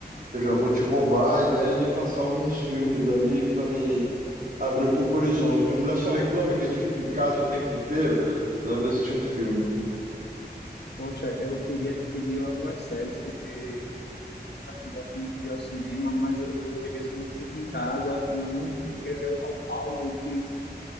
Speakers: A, on the right (about 55°); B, on the left (about 70°).
A: eu já vou te roubar a ideia de passar alguns filmes ali pra me abrir um pouco o horizonte. Minha mulher só reclama que a gente fica em casa o tempo inteiro, cara. Deve assistir um filme.
B: Poxa, eu queria te pedir algumas séries, porque você sabe que eu gosto muito de ir ao cinema, mas eu, às vezes quando eu fico em casa, eu não, eu queria ver al- algo que